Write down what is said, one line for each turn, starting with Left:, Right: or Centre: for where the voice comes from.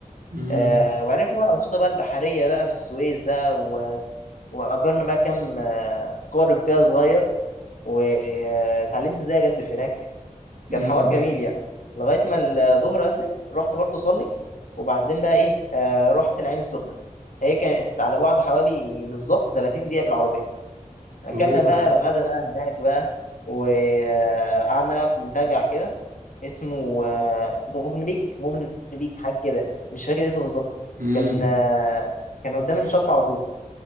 Right: امم
Left: آه، وعرفنا بقى الانشطه بقى البحريه بقى في السويس بقى و... واجرنا بقى كام آه، قارب كده صغير واتعلمت ازاي اجدف هناك كان
Right: امم
Left: حوار جميل يعني لغايه ما الظهر اذن رحت برضه اصلي وبعدين بقى ايه آه، رحت العين السخنه هي كانت على بعد حوالي بالظبط 30 دقيقه بالعربيه اكلنا
Right: اوه
Left: بقى الغدا بقى هناك بقى وقعدنا بقى في منتجع كده اسمه آه، موفن بيك موفن بيك حاجه كده مش فاكر اسمه بالظبط
Right: امم
Left: كان آه، كان قدام الشط على طول